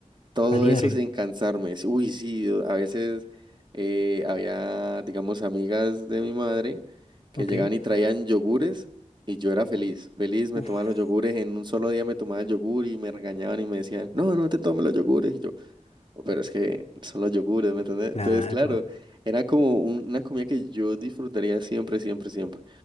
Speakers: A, on the right (about 35°); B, on the left (about 55°).
A: Todo
B: A diario.
A: eso sin cansarme. Sí, Uy, sí, yo- a veces eh, había, digamos, amigas de mi madre que
B: Ok.
A: llegaban y traían yogures y yo era feliz. Feliz, me
B: Uf,
A: tomaba los yogures. En un solo día me tomaba el yogur y me regañaban y me decían, no, no te tomes los yogures. Y yo, "Oh, pero es que son los yogures, ¿me entiendes?
B: claro.
A: Entonces, claro, era como un- una comida que yo disfrutaría siempre, siempre, siempre.